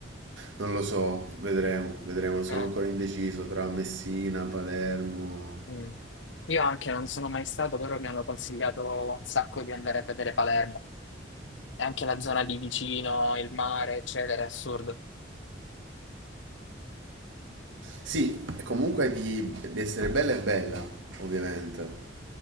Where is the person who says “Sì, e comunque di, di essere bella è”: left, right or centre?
Right